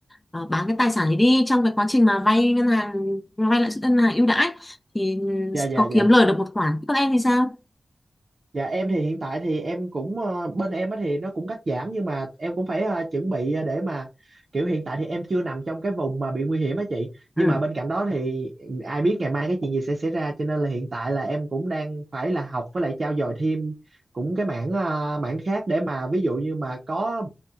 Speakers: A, on the left (about 20°); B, on the right (about 55°).
A: ờ, bán cái tài sản ấy đi trong cái quá trình mà vay ngân hàng vay lãi suất ngân hàng ưu đãi thì ừ,
B: Dạ
A: sẽ
B: dạ
A: có
B: dạ.
A: kiếm lời được một khoản. Thế Còn em thì sao?
B: Dạ em thì hiện tại thì em cũng ờ, bên em á thì nó cũng cắt giảm nhưng mà em cũng phải ờ, chuẩn bị ờ, để mà kiểu hiện tại thì em chưa nằm trong cái vùng mà bị nguy hiểm á chị. Nhưng
A: Ừ,
B: mà bên cạnh đó thì ai biết ngày mai cái chuyện gì sẽ xảy ra cho nên là hiện tại là em cũng đang phải là học với lại trau dồi thêm cũng cái mảng ờ, mảng khác để mà ví dụ như mà có